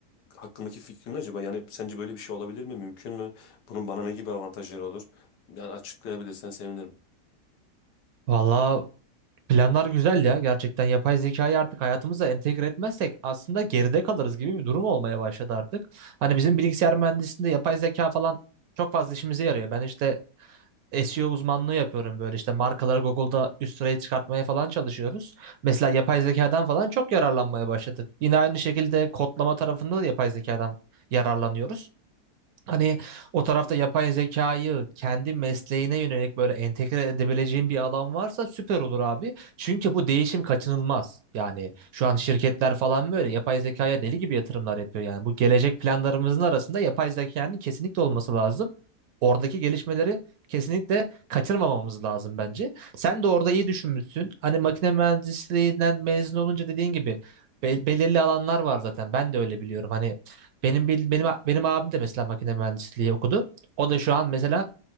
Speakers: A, on the left; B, on the right.
A: hakkındaki fikrin ne acaba? Yani sence böyle bir şey olabilir mi? Mümkün mü? Bunun bana ne gibi avantajları olur? Yani açıklayabilirsen sevinirim.
B: Valla planlar güzel ya. Gerçekten yapay zekayı artık hayatımıza entegre etmezsek aslında geride kalırız gibi bir durum olmaya başladı artık. Hani bizim bilgisayar mühendisliğinde yapay zeka falan çok fazla işimize yarıyor. Ben işte SEO uzmanlığı yapıyorum böyle işte markaları Google'da üst sıraya çıkartmaya falan çalışıyoruz. Mesela yapay zekadan falan çok yararlanmaya başladık. Yine aynı şekilde kodlama tarafında da yapay zekadan yararlanıyoruz. Hani o tarafta yapay zekayı kendi mesleğine yönelik böyle entegre edebileceğin bir alan varsa süper olur abi. Çünkü bu değişim kaçınılmaz. Yani şu an şirketler falan böyle yapay zekaya deli gibi yatırımlar yapıyor. Yani bu gelecek planlarımızın arasında yapay zekanın kesinlikle olması lazım. Oradaki gelişmeleri kesinlikle kaçırmamamız lazım bence. Sen de orada iyi düşünmüşsün. Hani makine mühendisliğinden mezun olunca dediğin gibi bel- belirli alanlar var zaten. Ben de öyle biliyorum. Hani benim bil- benim benim abim de mesela makine mühendisliği okudu. O da şu an mesela